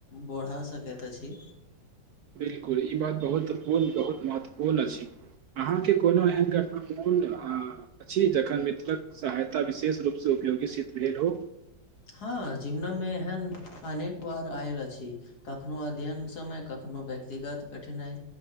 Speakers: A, on the left (about 55°); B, on the right (about 70°).
A: बढ़ा सकैत अछि
B: बिल्कुल ई बात महत्वपूर्ण बहुत महत्वपूर्ण अछि अहाँके कोनो एहन घटना मोन अछि जखन मित्रक सहायता विशेष रूपसे उपयोगी सिद्ध भेल हो
A: हाँ जिमना मे एहन अनेक बार आयल अछि कखनो अध्ययन समय कखनो कोनो व्यक्तिगत कठिनाई